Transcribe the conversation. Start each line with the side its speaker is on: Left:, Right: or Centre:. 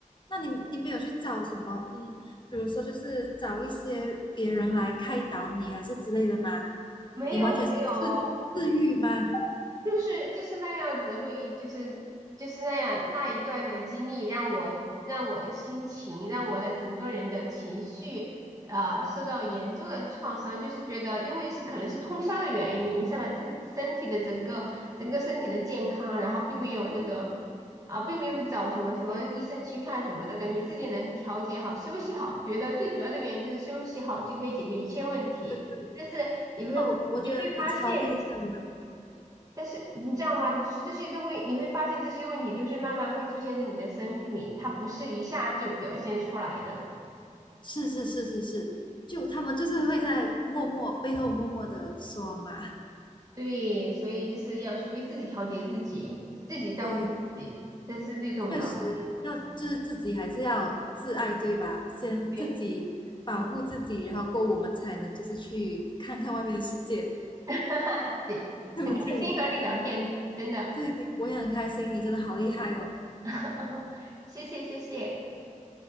Left: 那你你没有去找什么，嗯，比如说就是找一些别人来开导你，还是之类的吗？
Right: 没有没有。
Left: 你完全是自自愈吗？
Right: 就是就是那样子会，就是就是那样那一段的经历，让我让我的心情，让我的整个人的情绪，啊受到严重的创伤。就是觉得，因为是可能是通宵的原因，影响了身身体的整个整个身体的健康，然后并没有那个啊、并没有找什么什么医生去看什么的，感觉自己能调节好，休息好，觉得最主要的原因就是休息好就可以解决一切问题。
Left: 对对对，
Right: 但是你会你会发现。
Left: 那我我觉得你超厉害的。
Right: 但是你知道吗？就是这些都会，你会发现这些问题就是慢慢会出现在你的身体里，它不是一下就表现出来的。
Left: 是是是是是，就他们就是会在默默背后默默的说嘛。
Right: 对，所以就是要学会自己调节自己，自己照顾自己，
Left: 对，
Right: 这是最重要的。
Left: 确实要就是自己还是要自爱，对吧？先自己保护自己，
Right: 对，
Left: 然后够我们才能就是去看看外面的世界，
Right: <laughs> 对，
Left: 对不对？
Right: 很开心和你聊天，真的，
Left: 对，我也很开心，你真的好厉害哦。我
Right: <laughs> 谢谢谢谢。